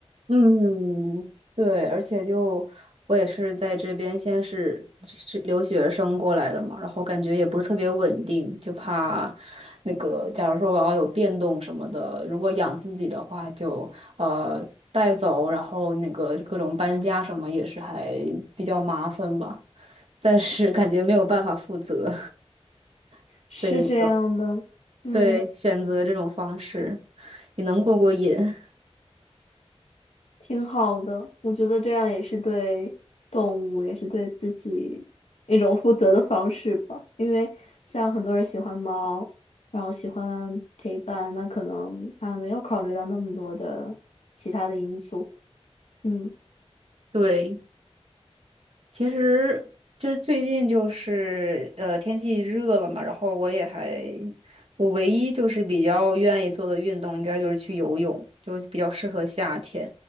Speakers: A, on the right; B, on the left.
A: 嗯，对，而且就我也是在这边先是是留学生过来的嘛，然后感觉也不是特别稳定，就怕那个，假如说我要有变动什么的，如果养自己的话就，呃带走，然后那个各种搬家什么也是还比较麻烦吧，暂时感觉没有办法负责，<laughs>
B: 是这样的，
A: 所以就
B: 嗯，
A: 对，选择这种方式也能过过瘾。<laughs>
B: 挺好的，我觉得这样也是对动物，也是对自己一种负责的方式吧，因为像很多人喜欢猫，然后喜欢陪伴，那可能他没有考虑到那么多的其他的因素，嗯。
A: 对，其实就是最近就是呃天气热了嘛，然后我也还我唯一就是比较愿意做的运动应该就是去游泳，就是比较适合夏天，